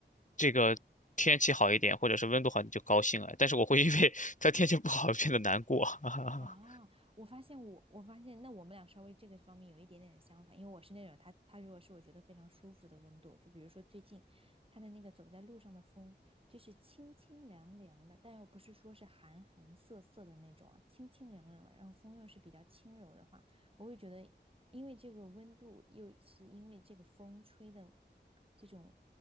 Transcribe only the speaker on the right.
啊，我发现我，我发现那我们俩稍微这个方面有一点点的相反，因为我是那种他他如果是我觉得非常舒服的温度，就比如说最近他的那个走在路上的风，就是清清凉凉的，但又不是说是寒寒涩涩的那种啊，清清凉凉的，然后风又是比较轻柔的话，我会觉得，因为这个温度又是因为这个风吹的这种